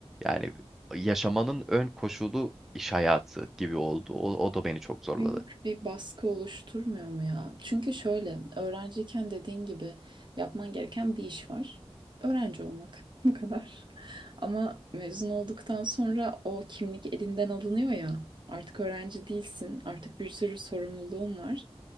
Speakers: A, in the centre; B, on the right (about 50°).
A: Yani yaşamanın ön koşulu iş hayatı gibi oldu. O, o da beni çok zorladı.
B: büyük bir baskı oluşturmuyor mu ya? Çünkü şöyle öğrenciyken dediğin gibi yapman gereken bir iş var. Öğrenci olmak <laughs> bu kadar. Ama mezun olduktan sonra o kimlik elinden alınıyor ya. Artık öğrenci değilsin. Artık bir sürü sorumluluğun var.